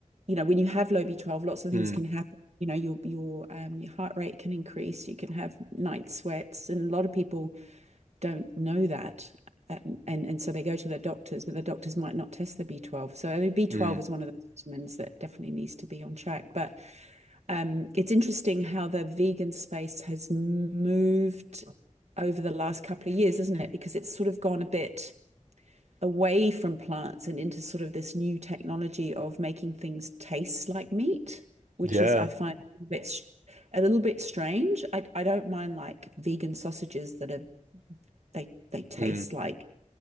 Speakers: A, on the right (about 60°); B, on the right (about 85°).
A: you know, when you have low B12, lots of
B: Mm,
A: things can happen. You know, your your um, your heart rate can increase. You can have night sweats, and a lot of people don't know that, um, and and so they go to their doctors, but the doctors might not test their B12. So I mean, B12
B: mm,
A: is one of those vitamins that definitely needs to be on track. But um, it's interesting how the vegan space has moved over the last couple of years, isn't it? Because it's sort of gone a bit away from plants and into sort of this new technology of making things taste like meat, which
B: yeah.
A: is I find a bit s- a little bit strange. I I don't mind like vegan sausages that are they they taste
B: Mm,
A: like